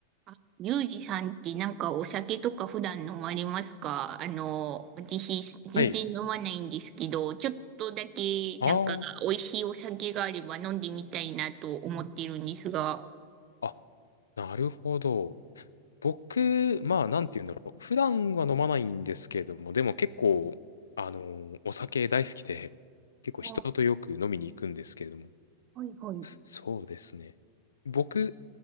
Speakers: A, on the right (about 40°); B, on the left (about 85°).
A: あ、リュウジさんってなんかお酒とか普段飲まれますかあの、私全然飲まないんですけど、
B: はい。
A: ちょっとだけなんか美味しいお酒があれば飲んでみたいなと思ってるんですが、
B: あーあ、なるほど。僕、まあ、なんて言うんだろう。普段は飲まないんですけれども、でも結構、あのー、お酒大好きで、結構人とよく飲みに行くんですけれども。
A: あ、はいはい。
B: そうですね。僕、